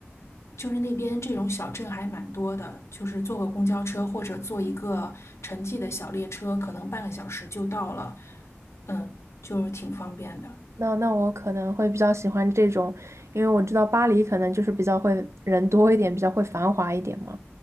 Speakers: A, on the left (about 80°); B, on the right (about 85°).
A: 就是那边这种小镇还蛮多的，就是坐个公交车或者坐一个城际的小列车，可能半个小时就到了，嗯，就是挺方便的。
B: 那那我可能会比较喜欢这种，因为我知道巴黎可能就是比较会人多一点，比较会繁华一点嘛。